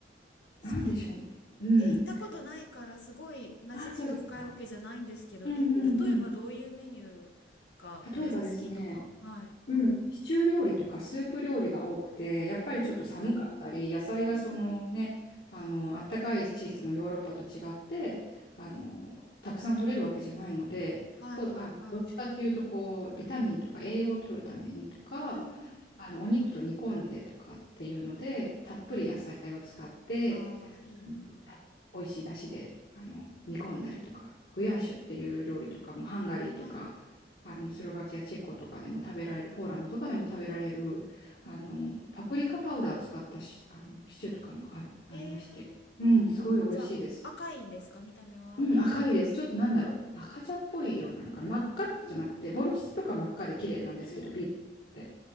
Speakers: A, on the left; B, on the left.
A: そう。
B: なんでしょうね。うん。
A: え、行ったことないからすごい馴染みが深いわけじゃないんですけど、
B: あ、そうですか。うんうんうん。
A: え、例えばどういうメニューがめっちゃ好きとか。
B: 例えばですね、
A: はい。
B: うん、シチュー料理とかスープ料理が多くて、やっぱりちょっと寒かったり、
A: うーん。
B: 野菜がそのね、
A: うんうん。
B: あの、あったかい地域のヨーロッパと違って、あの、たくさん取れるわけじゃないので、
A: はいはいはい。
B: こあの、どっちかっていうと、こう、ビタミンとか栄養を取るためにとか、
A: うん、うん。
B: あの、お肉と煮込んでとかっていうので、たっぷり野菜を使って、
A: ああ、いいな。
B: た美味しい出汁であの煮込んだりとか、グヤーシュっていう料理とかもハンガリーとか、
A: はい。
B: あのスロバキア、チェコとかでも食べられる、ポーランドとかでも食べられる、あのパプリカパウダー使ったし、
A: うんうん。
B: あのシチューとかもある、ありまして、
A: へえ。
B: うん、すごい美味しいです。
A: じゃあ、赤いんですか、見た目は。
B: うん、赤いです。ちょっとなんだろう。
A: えー、
B: 赤茶っぽい色なのかな。真っ赤じゃなくて、
A: うんう
B: ボルシチとか真っ赤で綺麗なんですけど、
A: ん。
B: ビーツで。